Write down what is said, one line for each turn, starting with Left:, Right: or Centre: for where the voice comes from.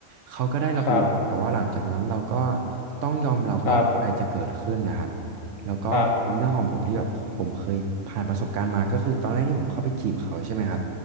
Right: เขาก็ได้รับรู้แต่ว่าหลังจากนั้นเราก็
Left: ครับ
Right: ต้องยอมรับว่าอะไรจะเกิดขึ้นนะครับ
Left: ครับ
Right: แล้วก็เป็นเรื่องของผมที่แบบผมเคยผ่านประสบการณ์มาก็คือตอนแรกที่ผมเข้าไปจีบเขาใช่ไหมครับ
Left: ครับ